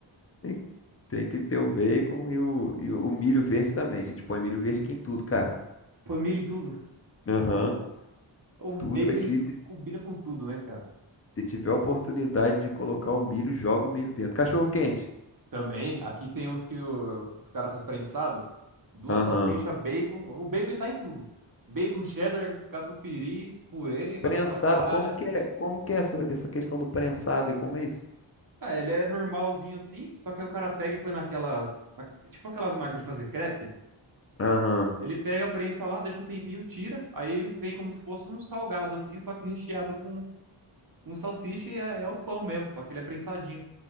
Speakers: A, on the left (about 30°); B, on the right (about 45°).
A: Tem, tem que ter o bacon e o, e o milho verde também. A gente põe milho verde aqui em tudo, cara.
B: Põe milho em tudo.
A: Aham.
B: O bacon,
A: Tudo aqui,
B: ele
A: se,
B: combina com tudo, né, cara?
A: se tiver a oportunidade de colocar o milho, joga o milho dentro. Cachorro quente.
B: Também, aqui tem uns que o- os caras fazem prensado. Duas
A: Aham.
B: salsichas, bacon. O bacon tá em tudo. Bacon, cheddar, catupiry, purê, batata
A: Prensado,
B: palha,
A: como que é, como que é essa, essa questão do prensado e como é isso?
B: Ah, ele é normalzinho assim, só que aí o cara pega e põe naquelas, na- tipo aquelas máquinas de fazer crepe.
A: Aham.
B: Ele pega, prensa lá, deixa um tempinho, tira, aí ele vem como se fosse um salgado assim, só que recheado com um salsicha e é, é o pão mesmo, só que ele é prensadinho.